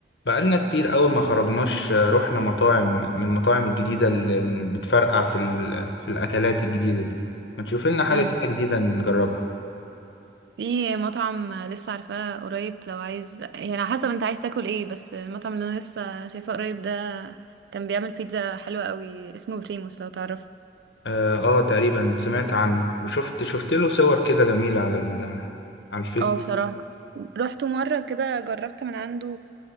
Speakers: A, on the left; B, on the right.
A: بقالنا كتير أوي ما خرجناش آه، رحنا مطاعم من المطاعم الجديدة اللي اللي بتفرقع في ال... في الأكلات الجديدة دي ما تشوف لنا حاجة
B: مم.
A: كده جديدة نجربها
B: في مطعم لسه عارفاه قريب لو عايز يعني على حسب انت عايز تاكل ايه بس المطعم اللي انا لسه شايفاه قريب ده كان بيعمل بيتزا حلوة قوي اسمه بريموس لو تعرف
A: آه, آه تقريبا سمعت عنه وشفت شفت له صور كده جميلة على ال... على الفيسبوك
B: اه بصراحة رحت مرة كده جربت من عنده